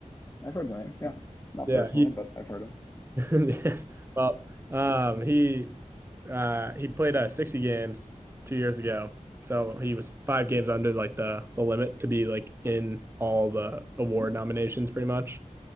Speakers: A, on the left (about 20°); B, on the right (about 20°).
A: I've heard the name. Yeah, not
B: Yeah,
A: personally,
B: he
A: but I've heard him.
B: <laughs> well, um, he uh, he played uh, 60 games two years ago, so he was five games under like the the limit to be like in all the award nominations, pretty much.